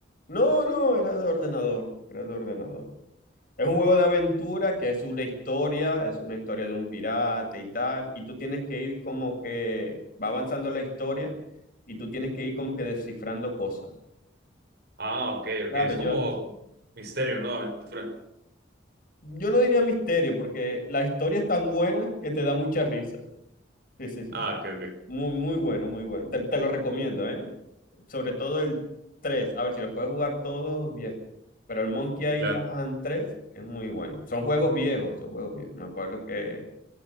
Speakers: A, on the left; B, on the right.
A: No, no, era de ordenador, era de ordenador. Es un juego de aventura que es una historia, es una historia de un pirata y tal, y tú tienes que ir como que va avanzando la historia y tú tienes que ir como que descifrando cosas.
B: Ah, ok,
A: Claro,
B: ok. Es
A: yo,
B: como misterio, ¿no? Aventura.
A: yo no diría misterio porque la historia es tan buena que te da mucha risa. Sí, sí, sí.
B: Ah, ok, ok.
A: Muy, muy bueno, muy bueno. Te, te lo recomiendo, ¿eh? Sobre todo el 3. A ver si lo puedes jugar todos bien. Pero el Monkey
B: Claro.
A: Island 3 es muy bueno. Son juegos viejos, son juegos viejos. Me acuerdo que